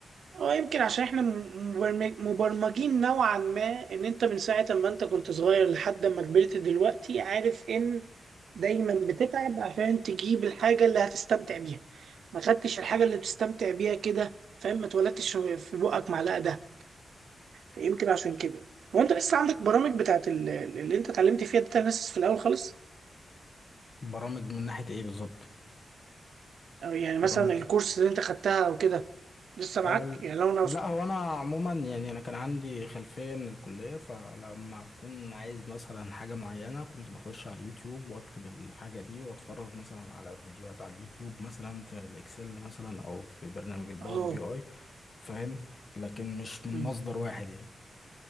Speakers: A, on the right; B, on the left.
A: هو يمكن عشان احنا م- مبرمج... مبرمجين نوعا ما ان انت من ساعة ما انت كنت صغير لحد ما كبرت دلوقتي عارف ان دايما بتتعب عشان تجيب الحاجة اللي هتستمتع بيها ما خدتش الحاجة اللي بتستمتع بيها كده فاهم ما اتولدتش في بقك معلقة ده فيمكن عشان كده هو انت لسه عندك برامج بتاعت ال- اللي انت اتعلمت فيها داتا اناليسيس في الاول خالص
B: برامج من ناحية ايه بالظبط
A: أو يعني مثلا
B: برامج
A: الكورس اللي انت خدتها او كده لسه معاك
B: أه،
A: يعني لو انا عوزت
B: لا هو انا عموما يعني انا كان عندي خلفيه من الكليه فلما اكون عايز مثلا حاجه معينه كنت بخش على اليوتيوب واكتب الحاجه دي واتفرج مثلا على فيديوهات على اليوتيوب مثلا في الاكسل مثلا او في برنامج الباور
A: اه
B: بي اي فاهم لكن مش من
A: مم.
B: مصدر واحد يعني